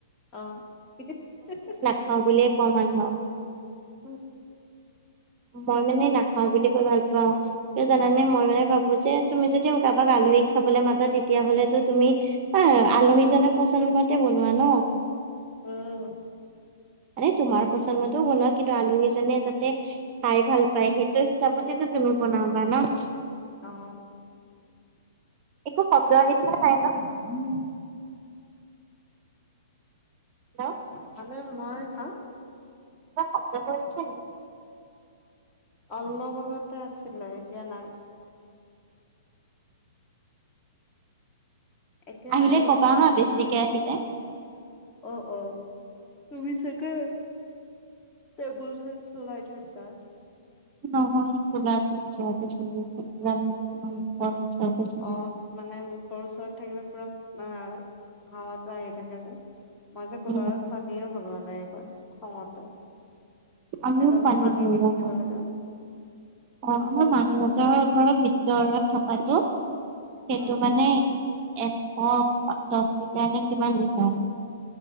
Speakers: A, on the left; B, on the right.
A: অঁ হি হি হে হে।
B: খাওঁ বুলিয়ে কওঁ মানুহক।
A: উম।
B: মই মানে নাখাওঁ বুলি কৈ ভাল পাওঁ। কিয় জানানে? মই মানে ভাবো যে তুমি যদি কাবাক আলহী খাবলে মাতা তেতিয়াহলেতো তুমি অ এ আলহীজনে পচনমতে বনোৱা ন।
A: উম।
B: মানে তোমাৰ পচমতেও বনোৱা, কিন্তু আলহীজনে যাতে খাই ভাল পায়, সেইটো হিচাপতেটো তুমি বনাবা নহ‌?
A: অঁ।
B: একো শব্দ আহি থকা নাই ন?
A: <unintelligible>
B: হেল্ল'
A: মানে মই, হা?
B: কিবা শব্দবোৰ আহিছে নেকি?
A: অলপ আগতে আছিলে এতিয়া নাই। এতিয়া
B: আহিলে
A: নাই বাৰু
B: কবা
A: ঠিকে
B: হাঁ বেছিকে
A: আছে
B: আহিলে।
A: অ অ। তুমি চাকে টেবুল ফেন চলাই থৈছা?
B: নহয় এই কুলাৰটো ওচৰতে চলি আছে, পুৰা
A: অ
B: মুখৰ ওচৰতে চলি
A: অ',
B: আছে।
A: মানে মুখৰ ওচৰত থাকিলে পুৰা আ হাৱাটো আহি থাকে যে। মই যে কোলাৰত
B: উম, উম,
A: পানীও ভৰোৱা নাই এবাৰ খঙতে।
B: আমিও
A: এদল পানী
B: ভৰোৱা
A: দি সিজিব
B: নাই
A: লাগে।
B: অ আমাৰ
A: মই
B: মাহীঁহতৰ
A: মই
B: ঘৰৰ ভিতৰত থকাটো সেইটো
A: উম,
B: মানে এশ দশ লিটাৰ নে কিমান লিটাৰ।